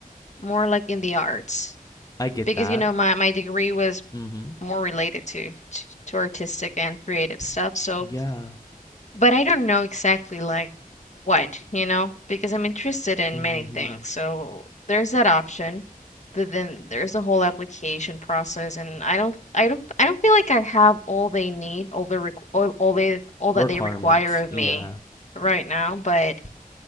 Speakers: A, on the left (about 50°); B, on the left (about 25°).
A: more like in the arts
B: I get
A: because
B: that.
A: you know my my degree was
B: Mhm.
A: more related to to, to artistic and creative stuff. So
B: Yeah.
A: but I don't know exactly like what, you know, because I'm interested in
B: Mhm.
A: many things. So there's that option, but then there's the whole application process, and I don't, I don't, I don't feel like I have all they need, all the req- all, all they, all that
B: Requirements.
A: they require of
B: Yeah.
A: me right now. But